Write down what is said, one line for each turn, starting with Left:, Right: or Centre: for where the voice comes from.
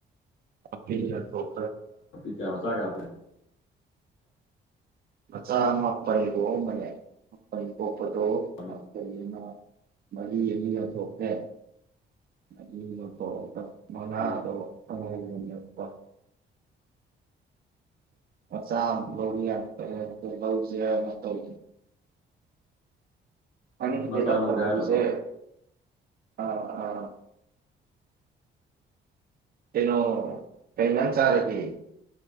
Right: ꯑ ꯌꯥꯣ
Left: ꯑꯄꯤ ꯀꯌꯥ ꯃꯆꯥ ꯀꯌꯥ
Right: ꯃꯆꯥꯆꯥ ꯃꯥꯄꯅꯤꯕꯣ ꯃꯅꯦ ꯃꯄꯅꯤꯕꯣ ꯄꯗꯣ
Left: ꯍꯂꯣ
Right: ꯑ ꯃꯔꯤ ꯑꯅꯤ ꯂꯧꯊꯣꯛꯇꯦ ꯑ ꯃꯗꯣ
Left: ꯑꯥ
Right: ꯄ ꯃꯆꯥ ꯑꯃ ꯂꯧꯕ ꯌꯥꯅꯤ ꯐꯩ ꯆ ꯂꯧꯧꯁꯦ ꯅꯠꯇꯧ ꯀꯅꯤ
Left: ꯃꯆꯥ
Right: ꯄꯦ ꯇꯥꯛꯠꯇꯕꯕꯁꯦ
Left: ꯂꯧꯒꯦ ꯍꯥꯏꯔꯕ
Right: ꯑꯥ ꯑꯥ ꯇꯩꯅꯣ ꯀꯩꯅ ꯅ ꯆꯔꯦ ꯎꯝ